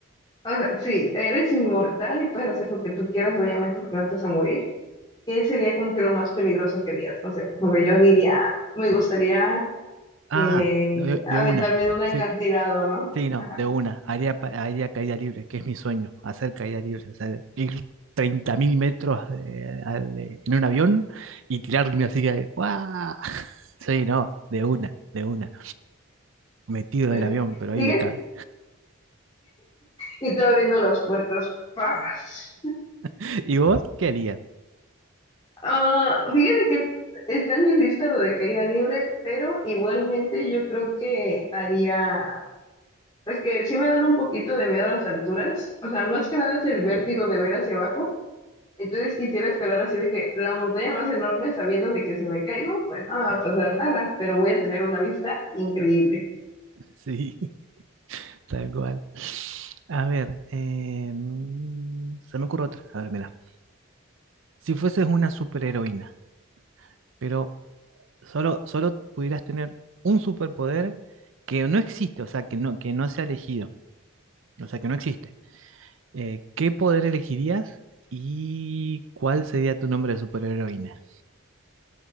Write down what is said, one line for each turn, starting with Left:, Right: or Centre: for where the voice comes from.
Left: O sea, sí, eres inmortal y puedes hacer lo que tú quieras, obviamente, porque no te vas a morir. ¿Qué sería como que lo más peligroso que harías? No sé, porque yo diría, me gustaría
Right: Ah,
Left: eh,
Right: de, de
Left: aventarme
Right: una.
Left: de un acantilado,
Right: Sí,
Left: ¿no?
Right: sí, no,
Left: Ajá.
Right: de una. Haría, pa- haría caída libre, que es mi sueño, hacer caída libre. O sea, ir 30.000 metros de- al- de- en un avión y tirarme así que. ¡guau! <laughs> Sí, no, de una, de una. Metido
Left: ok.
Right: del avión, pero
Left: Fíjate,
Right: ahí de cabe.
Left: y tú abriendo las puertas, ¡paz!
Right: <laughs> ¿Y vos qué harías?
Left: Ah, fíjate que está en mi lista lo de caída libre, pero igualmente yo creo que haría, es que sí me dan un poquito de miedo a las alturas, o sea, más que nada es el vértigo de ver hacia abajo, entonces quisiera escalar así de que la montaña más enorme sabiendo de que si me caigo, pues no me va a pasar nada, pero voy a tener una vista increíble.
Right: Sí, <laughs> tal cual. A ver, eh, mm, se me ocurre otra. A ver, mira. Si fueses una superheroína, pero solo, solo pudieras tener un superpoder que no existe, o sea, que no, que no se ha elegido, o sea, que no existe. Eh, ¿qué poder elegirías y cuál sería tu nombre de superheroína?